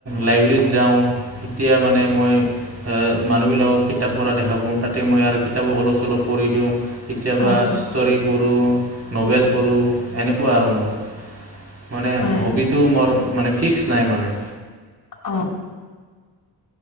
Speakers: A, on the right (about 35°); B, on the left (about 55°).
A: লাইব্ৰেৰিত যাওঁ তেতিয়া মানে এ মানুহবিলাকক কিতাপ পঢ়া দেখা পাওঁ তাতে মই আৰু কিতাপো অলপ চলপ পঢ়ি দিওঁ। কেতিয়াবা
B: হয়
A: ষ্টৰী পঢ়োঁ নভেল পঢ়োঁ এনেকুৱা আৰু মই। মানে
B: হয়
A: হবিটো মোৰ মানে ফিক্স নাই মানে।
B: অ',